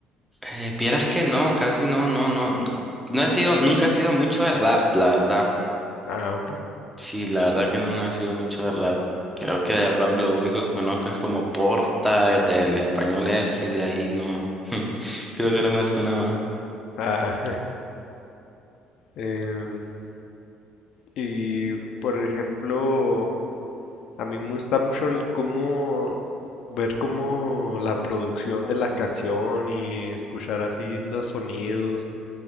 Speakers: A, in the centre; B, on the left.
A: eh, vieras que no, casi no, no, no. No he sido, nunca he sido mucho de rap, la verdad.
B: Ah, ok.
A: Sí, la verdad que no, no he sido mucho de rap. Creo que de rap lo único que conozco es como Porta, del español es, y de ahí no. <laughs> Creo que no me suena más.
B: Ah, <laughs> em, Y, por ejemplo, a mí me gusta mucho el cómo ver cómo la producción de la canción y escuchar así los sonidos,